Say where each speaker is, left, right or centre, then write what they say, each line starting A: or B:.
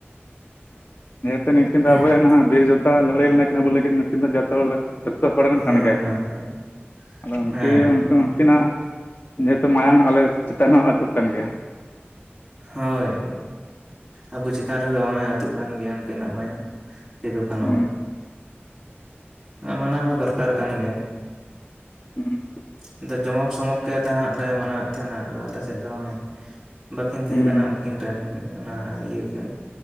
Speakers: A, on the left (about 50°); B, in the centre.
A: ᱡᱮᱦᱮᱛᱚ ᱱᱤᱝᱠᱤᱱ ᱫᱚ
B: ᱦᱮᱸ
A: ᱟᱵᱚ ᱨᱮᱱ ᱱᱟᱦᱟᱜ ᱵᱤᱨ ᱡᱳᱫᱽᱫᱷᱟ ᱞᱟᱹᱲᱦᱟᱹᱭ ᱞᱮᱱᱟ ᱠᱤᱱ ᱟᱵᱚ ᱞᱟᱹᱜᱤᱫ ᱱᱩᱠᱤᱱ ᱫᱚ ᱡᱚᱛᱚ ᱦᱚᱲ ᱞᱟ ᱡᱚᱛᱛᱚ ᱦᱚᱲ ᱨᱮᱱ
B: ᱦᱮᱸ
A: ᱠᱟᱱ ᱜᱮᱭᱟ
B: ᱦᱮᱸ
A: ᱠᱚ ᱟᱫᱚ ᱩᱱᱠᱤᱱ
B: ᱦᱮᱸ
A: ᱩᱱ ᱩᱱᱠᱤᱱᱟᱜ ᱡᱮᱦᱮᱛᱩ ᱢᱟᱭᱟᱝ ᱟᱞᱮ ᱪᱮᱛᱟᱱ ᱦᱚᱸ ᱟᱹᱛᱩᱜ ᱠᱟᱱ ᱜᱮᱭᱟ
B: ᱦᱳᱭ ᱟᱵᱚ ᱪᱮᱛᱟᱱ ᱨᱮᱫᱚ ᱦᱚᱜ ᱚᱭ ᱟᱹᱛᱩᱜ ᱠᱟᱱ ᱜᱮᱭᱟ ᱩᱱᱠᱤᱱᱟᱜ ᱢᱟᱭᱟᱝ ᱥᱤᱫᱩᱼᱠᱟᱹᱱᱩ
A: ᱦᱩᱸ
B: ᱟ ᱩᱸ ᱢᱟᱱᱟᱣ ᱦᱚᱸ ᱫᱚᱨᱠᱟᱨ ᱠᱟᱱ ᱜᱮᱭᱟ᱾
A: ᱦᱩᱸ
B: ᱟᱫᱚ ᱡᱚᱢᱚᱠ ᱥᱚᱢᱚᱠ ᱜᱮ ᱛᱟᱦᱟᱸᱜ ᱞᱮ ᱢᱟᱱᱟᱣᱮᱜ ᱛᱟᱦᱮᱱᱟ ᱟᱫᱚ ᱟᱞᱮᱥᱮᱫ ᱫᱚ ᱦᱚᱜᱼᱚᱭ ᱵᱟᱹᱠᱤᱱ ᱛᱟᱦᱮᱸ
A: ᱦᱩᱸ
B: ᱠᱟᱱᱟ ᱩᱱᱠᱤᱱ ᱨᱮᱱ ᱦᱩᱸ ᱚᱱᱟ ᱤᱭᱟᱹ ᱠᱮᱱ